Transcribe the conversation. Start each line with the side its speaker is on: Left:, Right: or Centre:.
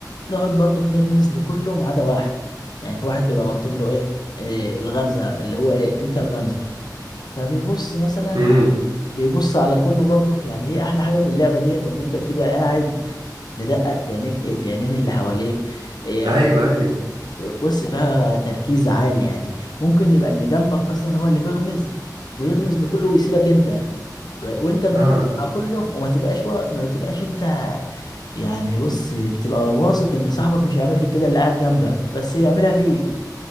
Left: نقعد برضك نغمز لكله ما عدا واحد يعني في واحد بيبقى مكتوب له ايه إيه، الغمزة اللي هو ايه انت الغمزة فبيبص مثلا
Right: امم
Left: بيبص على كله برضك يعني ايه احلى حاجة في اللعبة ديت ان انت بتبقى قاعد مدقق في عينيك في عينين اللي حواليك إيه،
Right: ايوه
Left: عايز
Right: ايوه
Left: بص فيها تركيز عالي يعني ممكن يبقى اللي جنبك اصلا هو اللي بيغمز ويغمز لكله ويسيبك انت وانت مركز
Right: اه
Left: على كله وما تبقاش وا... ما بتبقاش انت يعني بص بتبقى واثق ان صاحبك مش هيعمل فيك كده اللي قاعد جنبك بس يعملها فيك